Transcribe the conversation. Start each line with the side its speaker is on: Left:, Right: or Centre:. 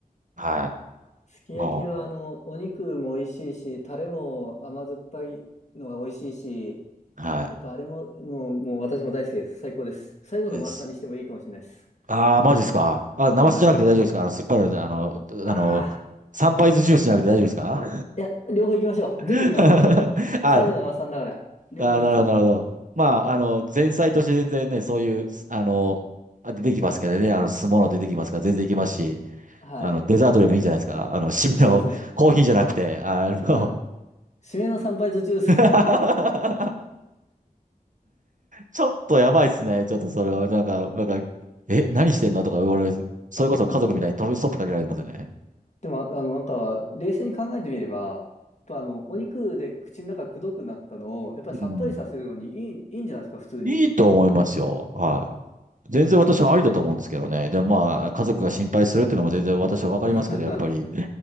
Right: はい。
Left: すき焼きは、
Right: も
Left: あの、お肉も美味しいし、タレも甘酸っぱいのが美味しいし、
Right: う、は
Left: やっぱあれも、もう、もう私も大好きです。最高です。最後の晩餐にしてもいいかもしれないです。
Right: い。です。ああ、マジですか。あ、生酒じゃなくて大丈夫ですか。
Left: はい。
Right: あの、酸っぱいので、あの、
Left: ああ。
Right: あの、サンパイズジュースじゃなくて大丈夫ですか。
Left: いや、両方行きましょう。
Right: <laughs>
Left: 全部行きましょう。
Right: あ、
Left: 最後の晩餐だから、両方行きましょう。
Right: あ、なるほど、なるほど。まあ、あの、前菜として全然ね、そういう、あの、あ出てきますけどね、あの、酢物出てきますから、全然いけますし、
Left: はい。
Right: あの、デザートでもいいんじゃないですか。あの、締めのコーヒーじゃなくて、
Left: そうですね。
Right: あの、
Left: あ、締めの参拝途中です。
Right: <laughs> ちょっとやばいっすね。
Left: <laughs>
Right: ちょっとそれは、なんか、なんか、え、何してんのとか言われる。それこそ家族みたいに飛びストップかけられますよね。
Left: でも、でも、あの、なんか、冷静に考えてみれば、やっぱあの、お肉で口の中くどくなったのを、やっぱりさっぱりさせるのにいい、
Right: うん。
Left: いいんじゃないですか、普通に。
Right: いいと思いますよ。はい。全然私はありだと思うんですけどね。
Left: あ、
Right: でもまあ、家族が心配するっていうのも全然私はわかりますけど、
Left: <laughs> ま
Right: やっぱり、